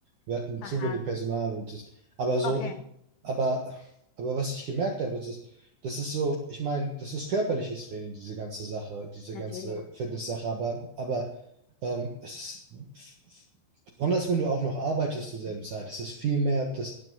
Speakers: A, on the right (about 60°); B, on the left (about 65°).
A: wir hatten
B: Aha.
A: zu wenig Personal und das, aber so,
B: Okay.
A: aber, aber was ich gemerkt habe, das ist, das ist so, ich meine, das ist körperliches Training, diese ganze Sache, diese
B: Natürlich.
A: ganze Fitness-Sache, aber, aber ähm, es ist, besonders wenn du auch noch arbeitest zur selben Zeit, es ist viel mehr, das,